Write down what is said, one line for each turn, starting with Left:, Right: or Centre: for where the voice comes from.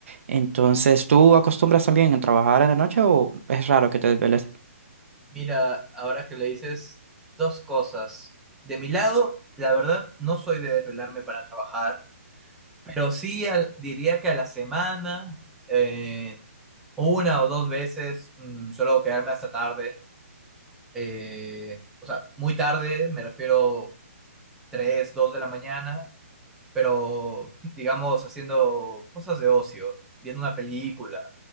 Right: Entonces, ¿tú acostumbras también a trabajar en la noche o es raro que te desveles?
Centre: mira, ahora que le dices dos cosas. De mi lado, la verdad, no soy de desvelarme para trabajar, pero sí al- diría que a la semana, eh, una o dos veces, mm, suelo quedarme hasta tarde. Eh, o sea, muy tarde, me refiero 3, 2 de la mañana, pero <laughs> digamos haciendo cosas de ocio, viendo una película